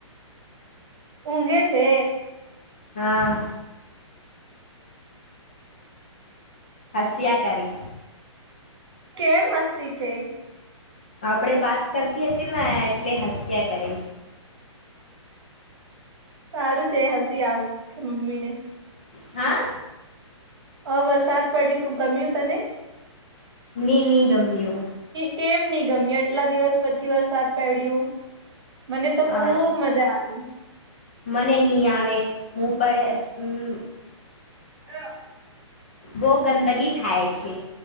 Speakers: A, on the right; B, on the left.
A: ઊંઘે છે
B: હા હસ્યા કરી
A: કેમ હસ્તી છે
B: આપણેે વાત કરતી હતી ને એટલે હાસ્યા કર
A: સારું છે હસી આવ છે મમ્મી ને
B: હા
A: હ વરસાદ પડ્યું તું ગમ્યું તને
B: ની નની ગમ્યું
A: કેમ ગમી એટલા દિવસ પછી વરસાદ પડ્યું મને તો ખુબ
B: અ
A: મજા આવી
B: મને નહી આવે હું પણ
A: હા
B: બહુ ગંદગી થાય છે